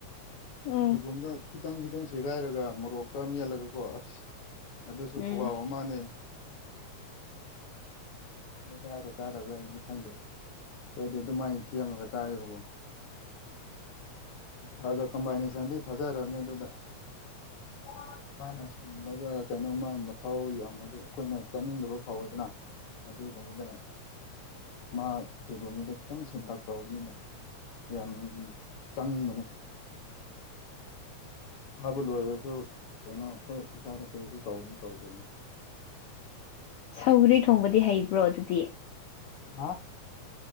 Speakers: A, on the left; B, on the left.
A: ꯎꯝ
B: ꯁꯣꯏꯕꯨꯝꯗ ꯈꯤꯇꯪ ꯈꯤꯇꯪ ꯁꯦꯒꯥꯏꯔꯒ ꯃꯣꯔꯣꯛꯀ ꯃꯦꯜꯂꯒꯀꯣ ꯑꯁ ꯑꯗꯨꯁꯨ
A: ꯎꯝ
B: ꯈꯨꯍꯥꯎ ꯑꯃꯅꯦ ꯅꯣꯏ ꯆꯥꯕ꯭ꯔꯥ ꯆꯥꯗꯕ꯭ꯔꯥꯗꯤ ꯈꯪꯗꯦ ꯑꯗꯣꯏꯗꯤ ꯑꯗꯨꯃꯥꯏꯅ ꯁꯦꯝꯃꯒ ꯆꯥꯏꯌꯦꯕꯀꯣ ꯐꯒ ꯀꯝꯕꯥꯏꯅꯦꯁꯟꯗꯤ ꯐꯖꯔꯅꯤ ꯑꯗꯨꯗ
A: <unintelligible>
B: ꯃꯥꯅ ꯁꯤꯟꯕꯒ ꯀꯩꯅꯣꯝꯃ ꯃꯊꯥꯎ ꯌꯥꯝꯕꯒ ꯑꯩꯈꯣꯏꯅ ꯆꯠꯅꯤꯡꯗꯕ ꯐꯥꯎꯋꯦꯗꯅ ꯑꯗꯨꯒꯨꯝꯕꯗꯨꯅ ꯃꯥ ꯁꯣꯏꯕꯨꯝꯗꯣ ꯈꯤꯇꯪ ꯁꯦꯟꯇꯥꯛ ꯇꯧꯕꯅꯤꯅ ꯌꯥꯝ ꯆꯪꯕꯅꯦ ꯍꯥꯏꯕ ꯂꯣꯏꯔꯁꯨ ꯀꯩꯅꯣ ꯑꯩꯈꯣꯏ ꯏꯁꯥꯗ ꯀꯩꯁꯨ ꯇꯧꯅꯤ ꯇꯧꯗꯣꯏꯅꯤ
A: ꯁꯧꯒ꯭ꯔꯤ ꯊꯣꯡꯕꯗꯤ ꯍꯩꯕ꯭ꯔꯣ ꯑꯗꯨꯗꯤ
B: ꯍꯥ